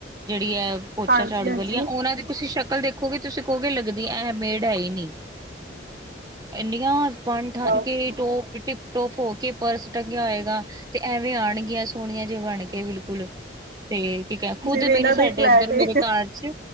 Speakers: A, on the right; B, on the right.
A: ਜਿਹੜੀ ਐ ਪੋਚਾ
B: ਹਾਂਜੀ
A: ਝਾੜੂ
B: ਹਾਂਜੀ
A: ਵਾਲੀਆਂ ਉਹਨਾਂ ਦੀ ਤੁਸੀਂ ਸ਼ਕਲ ਦੇਖੋਗੇ, ਤੁਸੀਂ ਕਹੋਗੇ ਲੱਗਦੀ ਐ ਮੇਡ ਹੈ ਹੀ ਨਹੀ। ਇੰਨੀਆਂ ਬਨ ਠਨ
B: ਬਸ
A: ਕੇ ਟੋਪ ਟਿਪ-ਟੋਪ ਹੋ ਕੇ ਪਰਸ ਟੰਗਿਆ ਹੋਏਗਾ ਤੇ ਐਵੇਂ ਆਣਗੀਆਂ ਸੋਹਣੀਆਂ ਜਿਆ ਬਣ ਕੇ ਬਿਲਕੁਲ ਤੇ ਕੀ ਕ ਖੁੱਦ
B: ਜਿਵੇਂ ਇਹਨਾਂ
A: ਮੇਰੀ ਸਾਡੇ
B: ਦਾ ਹੀ ਫਲੈਟ
A: ਇਧਰ
B: ਏ
A: ਮੇਰੇ ਘਰ ਚ